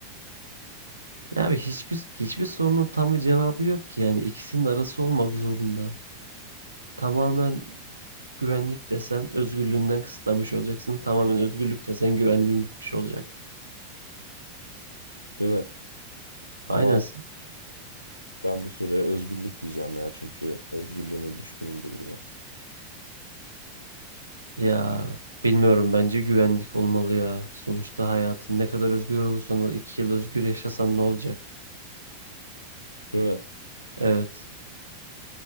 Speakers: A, on the right (about 80°); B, on the left (about 85°).
A: Ya abi hiçbir hiçbir sorunun tam bir cevabı yok ki. Yani ikisinin arası olmak zorunda. Tamamen güvenlik desen özgürlüğünden kısıtlamış olacaksın. Tamamen özgürlük desen güvenliğin gitmiş olacak.
B: Değil mi?
A: Aynen
B: Ama Ben bu soruya özgürlük diyeceğim ya. Çünkü özgürlüğüme düşkünümdür biraz.
A: Ya bilmiyorum bence güvenlik olmalı ya. Sonuçta hayatın ne kadar özgür olursan ol, iki yıl özgür yaşasan ne olacak?
B: Değil mi?
A: Evet.